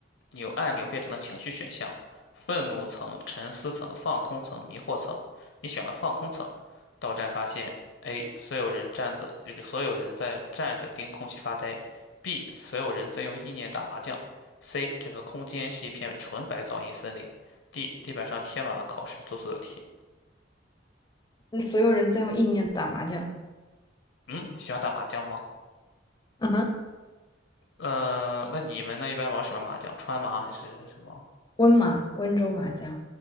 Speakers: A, on the left; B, on the left.
A: 扭按钮变成了情绪选项，愤怒层、沉思层、放空层、迷惑层。你选了放空层，到站发现：A. 所有人站着，所有人在站着盯空气发呆；B. 所有人在用意念打麻将；C. 整个空间是一片纯白噪音森林；D. 地板上贴满了考试做错的题。
B: 那所有人在用意念打麻将。
A: 嗯，你喜欢打麻将吗？
B: <laughs>
A: 呃，那你们那一般玩什么麻将？川麻还是什么？
B: 温麻，温州麻将，